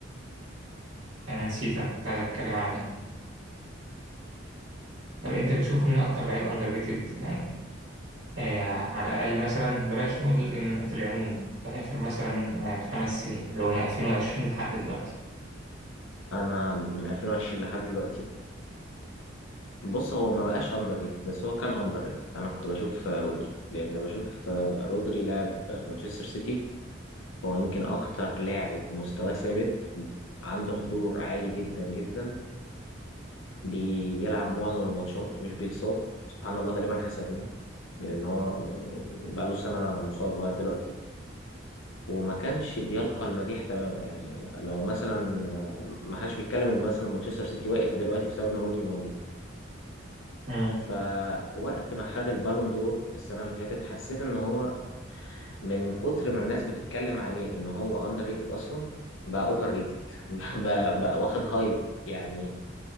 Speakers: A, on the right; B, on the left.
A: أنا نسيت أنا كنت عايز أتكلم على مين طب أنت بتشوف مين أكتر لعيب أندر ريتد يعني آه على الأقل مثلا بلاش نقول إن في العموم في آخر مثلا آه خمس سنين اللي هو من 2020 لحد دلوقتي
B: انا من 2020 لحد دلوقتي بص هو ما بقاش اندر ريت بس هو كان اندر ريت انا كنت بشوف آه، رودري لان بشوف آه، رودري لاعب مانشستر سيتي هو يمكن اكتر لاعب مستواه ثابت عنده حضور عالي جدا جدا بيلعب معظم الماتشات مش بيتصاب سبحان الله تقريبا حسدناه لان هو بقى له سنه مصاب لغايه دلوقتي وما كانش بيلقى المديح تماما يعني لو مثلا آه، ما حدش بيتكلم ان مثلا مانشستر سيتي واقف دلوقتي بسبب ان رودري موجود
A: مم.
B: فوقت ما خد البالون دور السنة اللي فاتت حسيت ان هو من كتر ما الناس بتتكلم عليه ان هو اندر ريتد اصلا بقى اوفر ريتد <laughs> بقى, بقى واخد هايب يعني